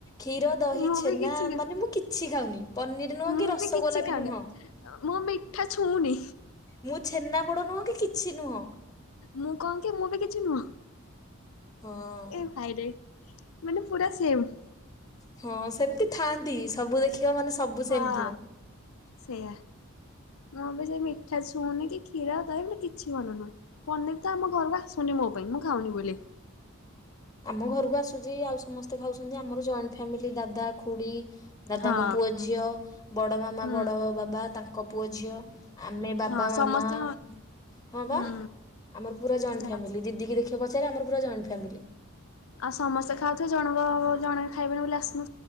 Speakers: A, on the left; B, on the left.
A: କ୍ଷୀର, ଦହି,
B: ମୁଁ
A: ଛେନା
B: ବି କିଛି
A: ମାନେ ମୁଁ କିଛି ଖାଉନି। ପନିର ନୁହଁ
B: ମୁଁ
A: କି ରସଗୋଲା
B: ବି କିଛି ଖାଉନି
A: ନୁହଁ।
B: ମୁଁ ମିଠା ଛୁଉଁନି।
A: ମୁଁ ଛେନା ପୋଡ଼ ନୁହଁ କି କିଛି ନୁହଁ
B: ମୁଁ କଣ କି ମୁଁ ବି କିଛି ନୁହଁ
A: ହଁ।
B: ଏ ଭାଇରେ ମାନେ ପୁରା ସେମ।
A: ହଁ ସେମିତି ଥାଆନ୍ତି ସବୁ ଦେଖି ଯୋଉ ମାନେ ସବୁ ସେମ
B: ହଁ।
A: ଥିବ।
B: ସେଇଆ ମୁଁ ବି ସେ ମିଠା ଛୁଉନି କି କ୍ଷୀର ଦହି କିଛି ଭଲ ନୁହଁ ପନିର ତ ଆମ ଘରକୁ ଆସୁନି। ମୋ ପାଇଁ ମୁଁ ଖାଉନି ବୋଲି।
A: ଆମ ଘରକୁ ଆସୁଛି ଆଉ ସମସ୍ତେ ଖାଉଛନ୍ତି ଆମର ଜଏଣ୍ଟ ଫ୍ୟାମିଲି ଦାଦା ଖୁଡି ଦାଦାଙ୍କ
B: ହଁ
A: ପୁଅ ଝିଅ ବଡ ମାମା
B: ହୁଁ
A: ବଡ ବାବା ତାଙ୍କ ପୁଅ ଝିଅ ଆମେ ବା
B: ହଁ
A: ବାବା
B: ସମସ୍ତେ
A: ମାମା ହଁ
B: ହୁଁ।
A: ବା ଆମର ପୁରା ଜଏଣ୍ଟ
B: ସେୟା।
A: ଫ୍ୟାମିଲି ଦିଦି ଦେଖିବା ପଚାରେ ଆମର ପୁରା ଜଏଣ୍ଟ ଫ୍ୟାମିଲି।
B: ଆଉ ସମସ୍ତେ ଖାଉଥିବେ ଜଣଙ୍କ ଜଣ ଖାଇବେନି ବୋଲି ଆସେ